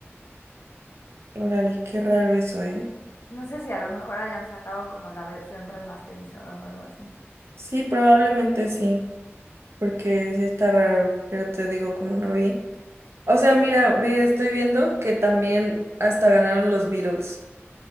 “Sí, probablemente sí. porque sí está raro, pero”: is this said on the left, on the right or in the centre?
Right